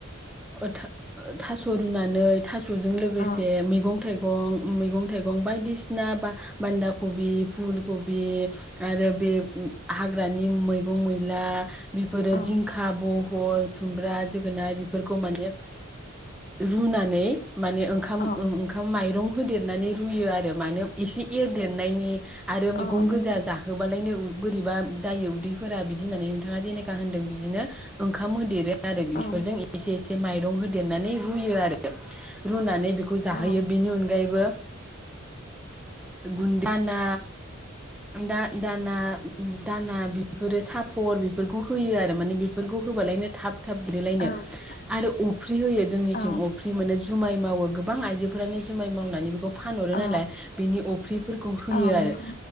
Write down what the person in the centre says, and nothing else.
ओ था-थास' रुनानै थास' फोरजों लोगोसे
मैगं थाइ गं मैगं थायगं बायदिसिना बान्दा खबि फुल खबि आरो बे हाग्रानि मैगं मैला बेफोरो
जिंखा ब हल खुमब्रा जोगोनाय बेफोरखौ माने रुनानै माने ओंखाम
ओंखाम माइरं होदेरनानै रुयो आरो माने एसे एरदेरनायनि आरो मैगं
गोजा जाहोबालायनो बोरैबा जायो उदैफोरा बिदि होननानै नोंथाङा जेनेखा होनदों बिदिनो ओंखाम होदेरो आरो बेफोरजों
एसे एसे एसे माइरं होदेरनानै रुयो आरो रुनानै बेखौ जाहोयो
बिनि अनगायैबो गुन्दाना दा दाना दाना बेफोरो सापर बेफोरखौ होयो आरो माने बेफोरखौ होबालायनो थाब थाब देरो लायनो
आरो अफ्रि होयो जोंनिथिं
अफ्रि मोनो जुमाय मावो गोबां आइजोफ्रानो जुमाय मावनानै बेखौ फानहरो
नालाय बिनि अफ्रिफोरखौ होयो
आरो